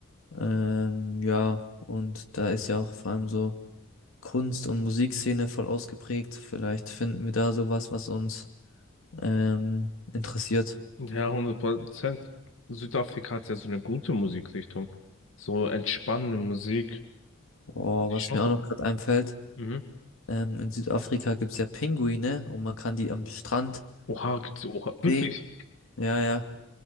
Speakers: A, on the left; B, on the left.
A: Ähm, ja, und da ist ja auch vor allem so Kunst- und Musikszene voll ausgeprägt. Vielleicht finden wir da sowas, was uns ähm, interessiert.
B: Ja, hundert Prozent Südafrika hat ja so eine gute Musikrichtung. So entspannende Musik.
A: Boah,
B: Die
A: was
B: ist Schon
A: mir
B: gut.
A: auch noch gerade einfällt,
B: Mhm.
A: ähm, in Südafrika gibt's ja Pinguine und man kann die am Strand
B: Oha, gibt's Oha? Wirklich?
A: sehen. Ja, ja.